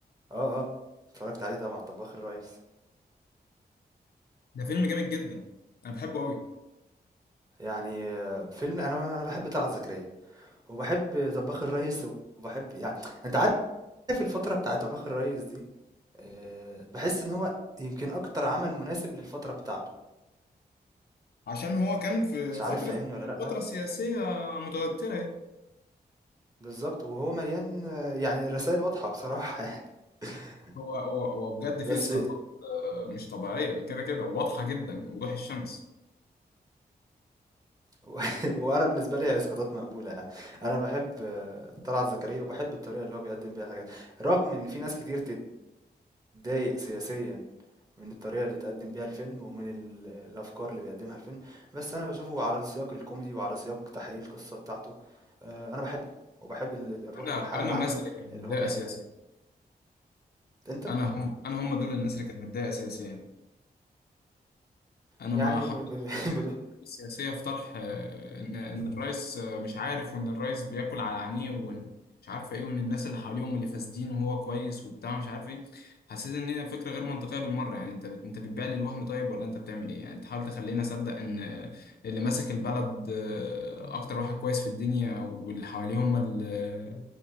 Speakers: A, on the right; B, on the left.
A: اه اه اتفرجت عليه طبعا طباخ الريس
B: ده فيلم جامد جدا انا بحبه قوي
A: يعني آه، فيلم انا انا بحب طلعت زكريا وبحب طباخ الريس وبحب يعني انت عارف الفتره بتاع طباخ الريس دي آه، بحس ان هو يمكن اكتر عمل مناسب للفتره بتاعته
B: عشان هو كان في
A: مش
B: فتره
A: عارف فاهمني ولا لا
B: فتره سياسيه متوتره يعني
A: بالظبط وهو مليان آه، يعني الرسائل واضحه بصراحه <laughs>
B: هو هو هو بجد فيه
A: بس
B: اسقاطات آه، مش طبيعيه كده كده واضحه جدا وضوح الشمس
A: <laughs> وانا بالنسبه لي هي اسقاطات مقبوله يعني انا بحب آه، طلعت زكريا وبحب الطريقه اللي هو بيقدم بيها الحاجات رغم ان في ناس كتير تتضايق سياسيا من الطريقه اللي اتقدم بيها الفيلم ومن ال- <hesitation> الافكار اللي بيقدمها الفيلم بس انا بشوفه على السياق الكوميدي وعلى سياق تحقيق القصه بتاعته آه، انا بحبه وبحب ال- ال- الروح
B: انا
A: والحاله
B: انا
A: العامه
B: الناس اللي كانت متضايقه
A: اللي هو بيعملها
B: سياسيا
A: انت
B: انا هم انا هم دول الناس اللي كانت متضايقه سياسيا انا
A: يعني
B: ما حبيتش
A: ب... ب... <laughs>
B: فكره
A: بدو-
B: الأحزاب السياسيه في طرح آه، ان ان الرئيس آه، مش عارف وان الرئيس بياكل على عينيه وان مش عارف ايه وان الناس اللي حواليه هم اللي فاسدين وهو كويس وبتاع مش عارف ايه حسيت ان هي فكره غير منطقيه بالمره يعني انت بت- انت بتبيع لي الوهم طيب ولا انت بتعمل ايه يعني بتحاول تخليني اصدق ان آه، اللي ماسك البلد آه، اكتر واحد كويس في الدنيا واللي حواليه هم اللي